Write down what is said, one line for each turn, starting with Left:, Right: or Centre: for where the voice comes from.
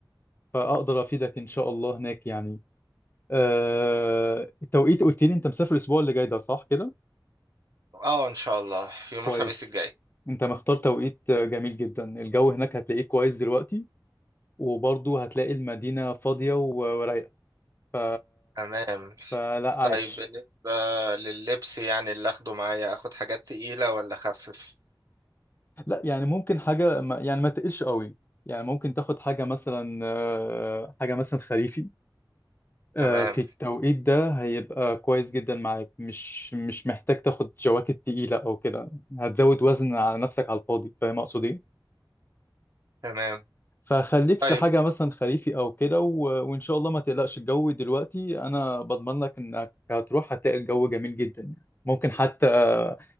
Left: فأقدر أفيدك إن شاء الله هناك يعني آه، التوقيت قلت لي أنت مسافر الأسبوع اللي جاي ده صح كده؟
Right: اه ان شاء الله يوم
Left: كويس
Right: الخميس الجاي
Left: أنت مختار توقيت آه، جميل جدا الجو هناك هتلاقيه كويس دلوقتي وبرضه هتلاقي المدينة فاضية و- ورايقة ف...
Right: تمام
Left: فلا عايش
Right: طيب بالنسبة لللبس يعني اللي اخده معايا اخد حاجات تقيلة ولا اخفف
Left: لا يعني ممكن حاجة ما- يعني ما تقلش قوي يعني ممكن تاخد حاجة مثلا آه، حاجة مثلا خريفي آه،
Right: تمام
Left: في التوقيت ده هيبقى كويس جدا معاك مش مش محتاج تاخد جواكت تقيلة أو كده هتزود وزن على نفسك على الفاضي فاهم أقصد إيه؟
Right: تمام
Left: فخليك
Right: طيب
Left: في حاجة مثلا خريفي أو كده و... وإن شاء الله ما تقلقش الجو دلوقتي أنا بضمن لك إنك هتروح هتلاقي الجو جميل جدا يعني ممكن حتى آه،